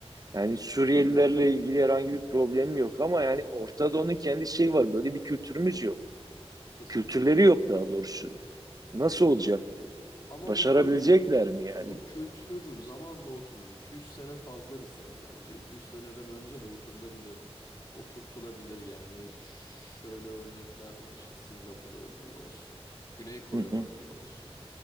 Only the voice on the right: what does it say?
Yani Suriyelilerle ilgili herhangi bir problemi yok ama yani Orta Doğu'nun kendi şeyi var. Böyle bir kültürümüz yok.
Kültürleri yok daha doğrusu. Nasıl olacak bu?
Başarabilecekler
mi yani?
Hı hı.